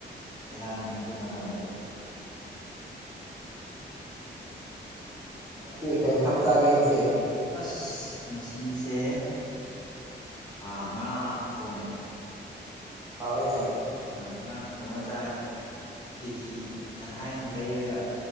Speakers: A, on the left (about 20°); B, on the right (about 15°).
A: ꯕꯦꯔꯥꯅꯤ ꯍꯧꯖꯤꯛ ꯃꯇꯝꯁꯦ
B: ꯅꯪꯗꯤ ꯀꯩ ꯏꯟꯁꯥꯡ ꯆꯥꯒꯦ ꯉꯁꯤ
A: ꯑꯁ ꯉꯁꯤꯁꯦ ꯑ ꯉꯥ ꯊꯣꯡꯉꯦ
B: ꯍꯥꯎꯋꯤꯅꯦ
A: ꯉꯥ ꯊꫭꯡꯉ ꯆꯥꯔꯦ ꯀꯦꯖꯤ ꯇꯪꯈꯥꯏꯗꯪ ꯂꯩꯔꯒ